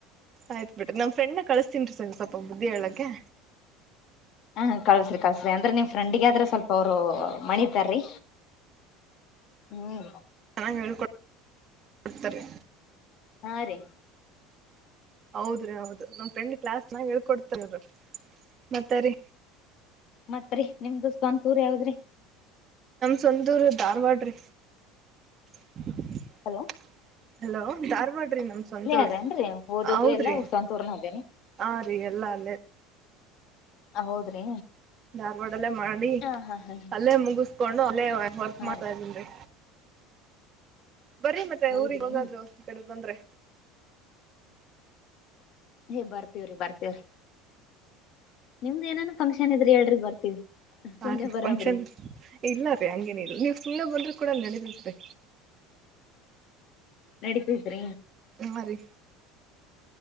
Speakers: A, on the right; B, on the left.
A: ಆಯ್ತ್ು ಬಿಟ್ರಿ ನಮ ಫ್ರೆಂಡ್ನ ಕಳಸ್ತೀನ್ರಿ ಸರಿ ಸ್ವಲ್ಪ ಬುದ್ಧಿ ಹೇಳಗ್ಗೆ
B: ಹಾ ಕಳ್ಸ್ರಿ ಕಲ್ಸ್ರಿ ಅಂದ್ರೆ ನಿವ್ ಫ್ರೆಂಡಿಗಾದ್ರೆ ಸ್ವಲ್ಪ ಅವರು ಮಣಿತಾರೀ ಹ್ಮ್
A: ಚೆನ್ನಾಗಿ ಹಕೊತಾರೆ
B: ಹಾ ರೀ
A: ಹೌದ್ರೀ ಹೌದು ನಮ್ ಫ್ರೆಂಡ್ ಕ್ಲಾಸ್ ನಾಗ ಹೇಳ್ಕೊಡ್ತಾರ ಮತ್ತರಿ
B: ಮತ್ರಿ ನಿಮ್ದು ಸ್ನ್ಪೂರ್ ಯಾವದ್ರಿ
A: ಸುಂದೂರು ಧಾರವಾಡ ರೀ <inaudible>
B: ಹ
A: ಹಲೋ ಧಾರ್ವಾಡ್ರಿ ನಮ್ ಸ್ವಂತೂರ್
B: ಅದೇನ್ರಿ ಓದೋದು
A: ಹೌದ್ರಿ
B: ಎಲ್ಲಾ ಸ್ವಂತೂರ್ನ ಅದೇರಿ
A: ಹ ರೀ ಎಲ್ಲಾ ಅಲ್ಲೇ
B: ಹೌದ್ರಿ
A: ಧಾರ್ವಾಡಲ್ಲ ಮಾಡಿ
B: ಹಾ ಹಾ ಹಾ
A: ಅಲ್ಲೇ ಮುಗಿಸಕೊಂಡು ಅ ಅಲ್ಲ ವರ್ಕ್
B: ಹಾ
A: ಮಾಡ್ತಾ
B: ರೀ
A: ಇದನ್ರಿ ಬರ್ರ ಮತ್ತೆ
B: ಹೌದ್ರಿ
A: ಊರಿಗೆ ಹೋಗಾದ್ರು ಕಡೆ ಬಂದ್ರೆ
B: ಏ ಬರ್ತೀವ್ರಿ ಬರ್ತೇವ್ರಿ ನಿಮ್ದ ಏನ ಫಂಕ್ಷನ್ ಇದ್ರ ಎಲ್ರ ಬರ್ತೀವಿ ಸುಮ್ನೆ
A: ಹ ರೀ
B: ಬರಾಮ್ರಿ
A: ಫಂಕ್ಷನ್ ಇಲ್ಲ ರೀ ಹಂಗೇನ ಇಲ್ ನೀವು್ ಸುಮ್ಮ್ನೆ ಬಂದ್ರರು ಕೂಡ ನಡೀದತ್ರಿ
B: ನಡಪಸ್ರಿ
A: ನರಿ